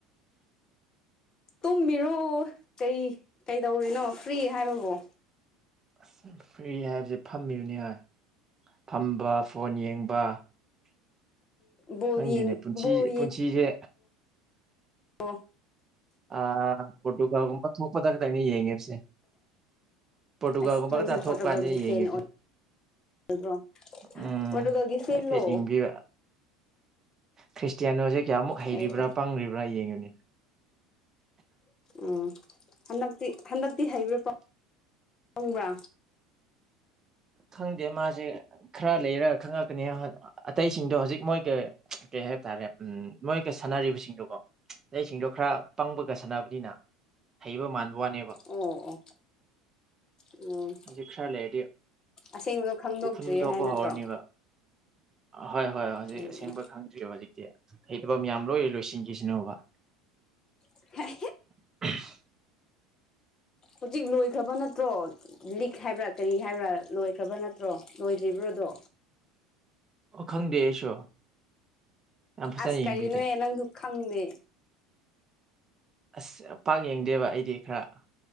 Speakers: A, on the left; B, on the right.
A: ꯇꯨꯝꯃꯤꯔꯣ ꯀꯩ ꯀꯩꯗꯧꯔꯤꯅꯣ ꯐ꯭ꯔꯤ ꯍꯥꯏꯕꯕꯨ
B: ꯑꯁ ꯐ꯭ꯔꯤ ꯍꯥꯏꯕꯁꯤ ꯐꯝꯃꯤꯕꯅꯤ ꯍꯣꯏ ꯐꯝꯕ ꯐꯣꯟ ꯌꯦꯡꯕ
A: ꯕꯣꯜ
B: ꯈꯪꯗꯦꯅꯦ ꯄꯨꯟꯁꯤ
A: ꯕꯣꯜ
B: ꯄꯨꯟꯁꯤꯁꯦ
A: ꯑꯣ
B: ꯑ ꯄꯣꯇꯨꯒꯥꯜꯒꯨꯝꯕ ꯊꯣꯛꯄꯗꯛꯇ ꯑꯩꯅ ꯌꯦꯡꯉꯦꯕꯁꯦ ꯄꯣꯇꯨꯒꯜꯀꯨꯝꯕ
A: ꯑꯁ ꯅꯪꯁꯨ
B: ꯈꯛꯇꯪ
A: ꯄꯣꯔꯇꯨꯒꯜꯒꯤ
B: ꯊꯣꯛꯄꯅꯦꯅ ꯌꯦꯡꯉꯤꯕꯁꯦ
A: ꯐꯦꯟ ꯑꯣꯏꯕ꯭ꯔꯣ
B: ꯎꯝ
A: ꯄꯣꯔꯇꯨꯒꯜꯒꯤ ꯐꯦꯟꯂꯣ
B: ꯍꯥꯏꯐꯦꯠ ꯌꯦꯡꯕꯤꯕ ꯈ꯭ꯔꯤꯁꯇꯤꯌꯥꯅꯣꯁꯦ ꯀꯌꯥꯃꯨꯛ ꯍꯩꯔꯤꯕ꯭ꯔꯥ
A: ꯀꯩꯁꯦ
B: ꯄꯪ꯭ꯔꯤꯕ꯭ꯔꯥ ꯌꯦꯡꯉ ꯒꯦ
A: ꯎ ꯍꯟꯗꯛꯇꯤ ꯍꯟꯗꯛꯇꯤ ꯍꯩꯕ꯭ꯔꯥ ꯄꯪꯕ꯭ꯔꯥ
B: ꯈꯪꯗꯦ ꯃꯥꯁꯦ ꯈꯔ ꯂꯩꯔꯒ ꯈꯪꯉꯛꯀꯅꯤ ꯑꯇꯩꯁꯤꯡꯗꯣ ꯍꯧꯖꯤꯛ ꯃꯣꯏꯒ ꯀꯩ ꯍꯥꯏꯕ ꯇꯥꯔꯦ ꯎꯝ ꯃꯣꯏꯒ ꯁꯥꯟꯅꯔꯤꯕꯁꯤꯡꯗꯨꯀꯣ ꯑꯇꯩꯁꯤꯡꯗꯣ ꯈꯔ ꯄꯪꯕꯒ ꯁꯥꯟꯅꯕꯅꯤꯅ ꯍꯩꯕ ꯃꯥꯟꯕ ꯋꯥꯅꯦꯕ
A: ꯎꯝ ꯎꯝ ꯎꯝ
B: ꯍꯧꯖꯤꯛ ꯈꯔ ꯂꯩꯔꯗꯤ
A: ꯑꯁꯦꯡꯕꯗꯣ ꯈꯪꯗꯣꯛꯇ꯭ꯔꯤ
B: ꯎꯐꯨꯟ ꯊꯣꯛꯄ
A: ꯍꯥꯏ ꯅꯠꯇ꯭ꯔꯣ
B: ꯍꯧꯔꯅꯦꯕ ꯍꯣꯏ ꯍꯣꯏ ꯍꯧꯖꯤꯛ
A: ꯎꯝ
B: ꯑꯁꯦꯡꯕ ꯈꯪꯗ꯭ꯔꯤꯔꯤꯕ ꯍꯧꯖꯤꯛꯇꯤ ꯍꯩꯇꯕ ꯃꯌꯥꯝ ꯂꯣꯏꯔꯦ ꯂꯣꯏꯁꯤꯟꯈꯤꯁꯤꯅꯣꯕ
A: ꯎꯝ
B: <inaudible>
A: ꯍꯧꯖꯤꯛ ꯂꯣꯏꯈ꯭ꯔꯕ ꯅꯠꯇ꯭ꯔꯣ ꯂꯤꯛ ꯍꯥꯏꯕ꯭ꯔꯥ ꯀꯔꯤ ꯍꯥꯏꯕ꯭ꯔꯥ ꯂꯣꯏꯈ꯭ꯔꯕ ꯅꯠꯇ꯭ꯔꯣ ꯂꯣꯏꯗ꯭ꯔꯤꯕꯗꯣ
B: ꯈꯪꯗꯦ ꯑꯩꯁꯨ ꯌꯥꯝ ꯐꯖꯅ
A: ꯑꯁ ꯀꯔꯤꯅꯣ
B: ꯌꯦꯡꯕꯤꯗꯦ
A: ꯑꯦ ꯅꯪꯁꯨ ꯈꯪꯗꯦ
B: ꯑꯁ ꯄꯥꯛ ꯌꯦꯡꯗꯦꯕ ꯑꯩꯗꯤ ꯈꯔ